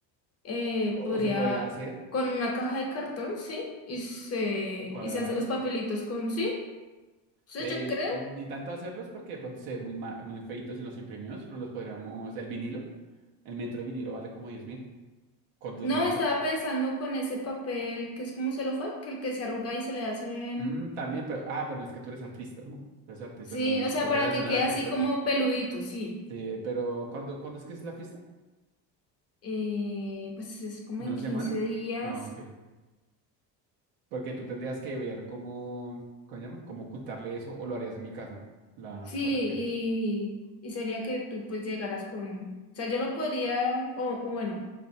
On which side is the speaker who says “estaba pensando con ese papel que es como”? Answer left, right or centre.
Left